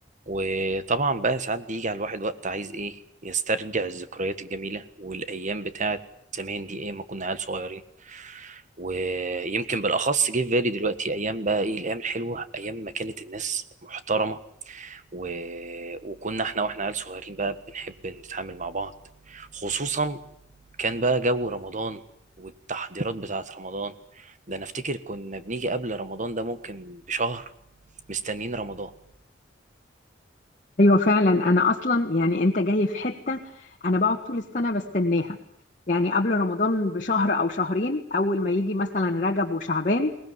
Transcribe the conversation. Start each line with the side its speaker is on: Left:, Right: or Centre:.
Right: وطبعا بقى ساعات بيجي على الواحد وقت عايز ايه يسترجع الذكريات الجميلة والايام بتاعت زمان دي ايه ما كنا عيال صغيرين ويمكن بالاخص جه في بالي دلوقتي ايام بقى ايه الايام الحلوة ايام ما كانت الناس محترمة و... وكنا احنا واحنا عيال صغيرين بقى بنحب نتعامل مع بعض خصوصا كان بقى جو رمضان والتحضيرات بتاعت رمضان ده انا افتكر كنا بنيجي قبل رمضان ده ممكن بشهر مستنيين رمضان
Left: ايوه فعلا انا اصلا يعني انت جاي في حته انا بقعد طول السنه بستناها يعني قبل رمضان بشهر او شهرين اول ما يجي مثلا رجب وشعبان